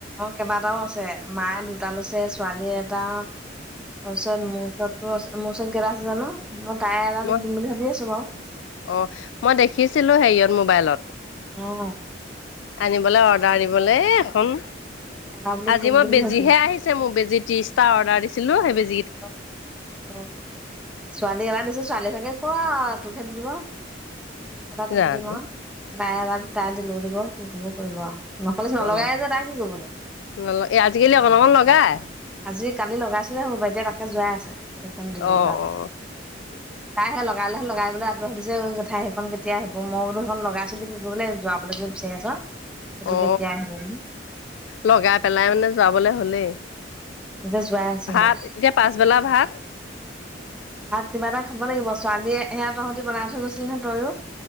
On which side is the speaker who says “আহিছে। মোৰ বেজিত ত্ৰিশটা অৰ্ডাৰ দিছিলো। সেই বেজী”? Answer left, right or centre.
Left